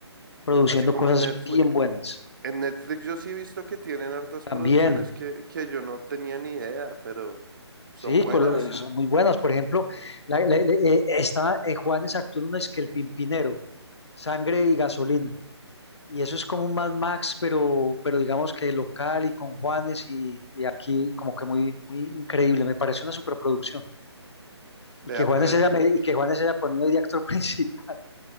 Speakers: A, on the left; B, on the right.
A: produciendo
B: Así como
A: cosas
B: en Netflix,
A: bien buenas.
B: En Netflix yo sí he visto que tienen hartas
A: También,
B: producciones que, que yo no tenía ni idea, pero
A: sí,
B: son buenas.
A: colo- son muy buenas. Por ejemplo,
B: ¿No?
A: la- la- la- eh, está eh, Juanes actuó en una es que el Pimpinero, Sangre y Gasolina. Y eso es como un Mad Max, pero, pero digamos que local y con Juanes y, y aquí como que muy, muy increíble. Me parece una superproducción.
B: Vea
A: Y que Juanes
B: pues,
A: haya,
B: vea
A: me-
B: pues.
A: y que Juanes haya ponido de actor <laughs> principal.